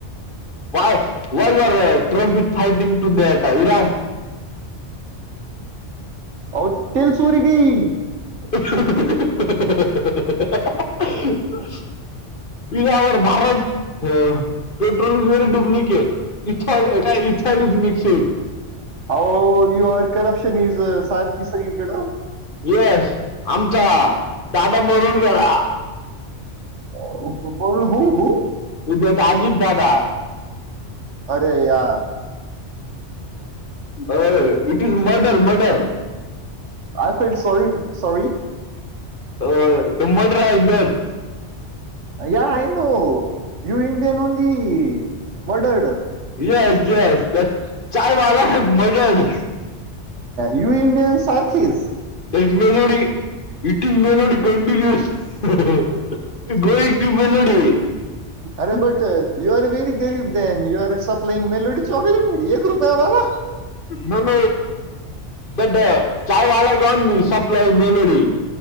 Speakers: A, on the left; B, on the right.
A: वाय वाय आर ट्रम्प इ फाटिंग टू दट इरान
B: औ तल सोरी गय
A: <inaudible> इ our Bharat petrol is very duplicate इथल ए काय इथली मिक्सिंग
B: हो यू आर करप्शन इज सारखी सगळीकडें
A: येस आमचा दादा म्हरून गेला.
B: ओ पण हो हो
A: विद्य आजित दादा.
B: अरे या
A: अ इट इज मर्डर मर्डर
B: य फ सॉरी सॉरी.
A: हो तुमडत
B: या न you Indian only murdered
A: yes yes य वाला मगर
B: यू इंडियन सारखीच.
A: ब मेलोडी इटिंग मेलोडी कंटिन्युअ गो ट्यूब लोडी
B: अरे बट यू आर वेरी गरीब दन you are supplying melody chocolate एक रुपया बाबा
A: नण दड चचाय वालातऊन supply melody